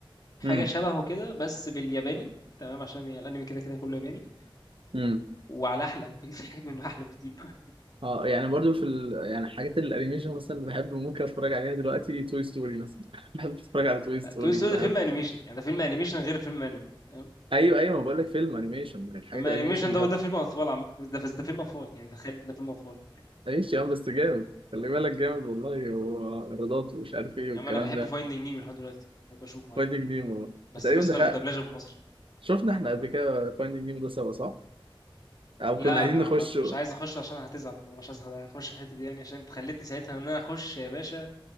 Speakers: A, on the left; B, on the right.
A: حاجة
B: امم
A: شبهه كده بس بالياباني تمام عشان الانمي كده كده كله ياباني
B: امم
A: وعلى احلى <laughs> بكتير، في حاجات منه احلى بكتير بقى.
B: اه يعني برضو في ال... يعني حاجات الانيميشن مثلا اللي بحب ممكن اتفرج عليها دلوقتي توي ستوري مثلا <laughs> بحب اتفرج على توي ستوري
A: لا توي ستوري
B: بحب
A: ده فيلم انيميشن يعني ده فيلم انيميشن غير فيلم انمي تمام
B: ايوه ايوه ما بقول لك فيلم انيميشن الحاجات
A: فيلم انيميشن
B: الانيميشن
A: ده
B: بحب
A: وده فيلم اطفال عم... ده ده فيلم اطفال يعني تخيل ده فيلم اطفال
B: ايش يا عم بس جامد خلي بالك جامد والله ورادات ومش عارف ايه
A: يعني
B: والكلام
A: انا بحب
B: ده
A: فايندينج نيمو لحد دلوقتي بحب اشوفه عادي
B: فايندينج نيمو
A: بس
B: تقريبا
A: النسخة
B: دخل
A: المدبلجة بالمصري
B: شفنا احنا قبل كده فايندينج نيمو ده سوا صح؟ او
A: لا
B: كنا عايزين
A: ما...
B: نخش
A: ما... مش عايز اخش عشان هتزعل مش عايز اخش في الحتة دي يعني عشان انت خلتني ساعتها ان انا اخش يا باشا